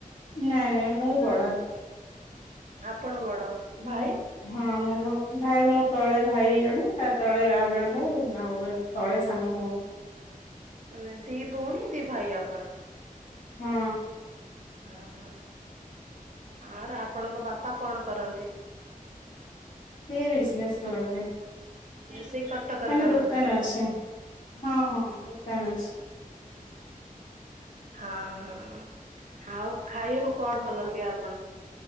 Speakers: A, on the left; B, on the right.
A: ନାଇଁ ନାଇଁ ମୁଁ ବଡ଼।
B: ଆପଣ ବଡ଼
A: ମୁଁ
B: ଭାଇ?
A: ହଁ ମୋ ଭାଇ ମୋ ତଳେ ଭାଇ ଜଣେ ତା ତଳେ ଆଉ ଜଣେ ଭାଇ ଆଉ ଗୋଟେ ତଳେ ସାନ ଭଉଣୀ।
B: ମାନେ ଦି ଭଉଣୀ ଦି ଭାଇ ଆପଣ।
A: ହୁଁ।
B: ହଁ ହ ଆର୍ ଆପଣଙ୍କ ବାପା କଣ କରନ୍ତି।
A: ସିଏ ବିଜନେସ କରନ୍ତି
B: ସେଇ କଟକରେ
A: ମାନେ
B: କରନ୍ତି
A: ଦୋକାନ ଅଛି। ହଁ ହଁ ଦୋକାନ ଅଛି।
B: ହଁ ହଁ ଆଉ ଖାଇବାକୁ କଣ ଭଲ ଲାଗେ ଆପଣ